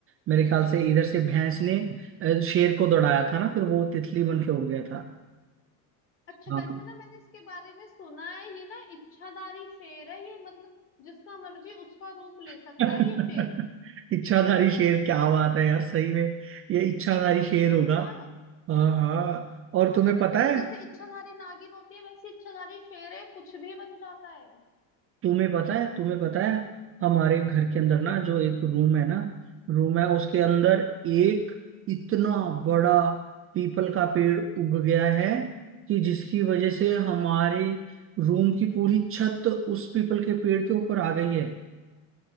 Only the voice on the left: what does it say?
अच्छा
वैसे ना मैंने इसके बारे में सुना है ये ना इच्छाधारी शेर है ये मतलब जिसका मर्जी उसका रूप ले सकता
है ये शेर
हाँ
जैसे इच्छाधारी नागिन होती है वैसे इच्छाधारी शेर है कुछ भी बन जाता है